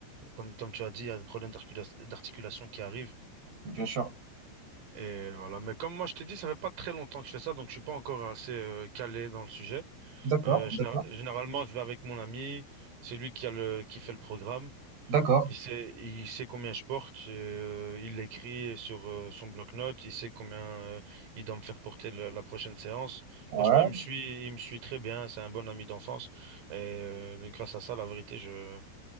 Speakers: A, on the right; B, on the right.
A: comme, comme tu as dit, il y a des problèmes d'articula- d'articulation qui arrivent.
B: bien sûr.
A: Et voilà. Mais comme moi, je t'ai dit, ça fait pas très longtemps que je fais ça, donc je suis pas encore assez euh, calé dans le sujet.
B: D'accord,
A: Euh, généra-
B: d'accord,
A: généralement, je vais avec mon ami. C'est lui qui a le, qui fait le programme.
B: d'accord.
A: Il sait, il sait combien je porte. et, euh, il l'écrit sur euh, son bloc-notes. Il sait combien euh, il doit me faire porter la, la prochaine séance.
B: Ouais,
A: Franchement, il me suit, il me suit très bien. C'est un bon ami d'enfance. Et euh, grâce à ça, la vérité, je